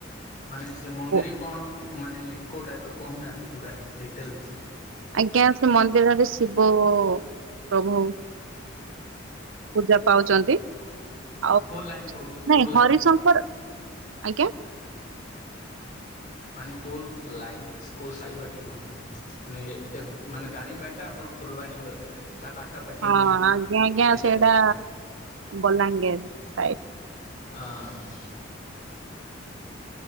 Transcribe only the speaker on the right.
ଓ,
ଆଜ୍ଞା ସେ ମନ୍ଦିରରେ ଶିବ ପ୍ରଭୁ ପୂଜା ପାଉଛନ୍ତି। ଆଉ
ନାଇଁ
ହରିଶଙ୍କର
ଆଜ୍ଞା
ହଁ
ଆଜ୍ଞା ଆଜ୍ଞା
ସେଇଟା
ବଲାଙ୍ଗୀର ସାଇଡ